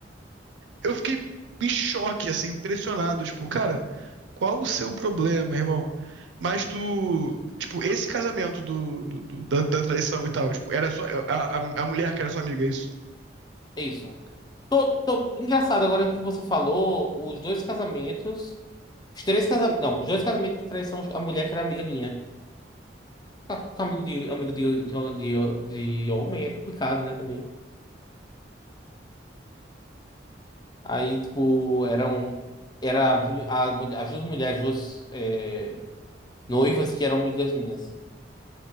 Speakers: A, on the right; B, on the left.
A: Eu fiquei em choque, assim, impressionado. Tipo, cara, qual o seu problema, irmão? Mas tu. Tipo, esse casamento do, do- do- da, da traição e tal, tipo, era só. A, a, a mulher que era sua amiga, é isso?
B: É isso. Tô, tô... Engraçado, agora que você falou, os dois casamentos. Os três casamentos. Não, os dois casamentos de traição, a mulher que era amiga minha. Tá Com amigo de, amigo de, de, de, de homem é complicado, né, também. Aí, tipo, eram. Era a, mulher- as duas mulheres, duas é, noivas que eram amigas minhas.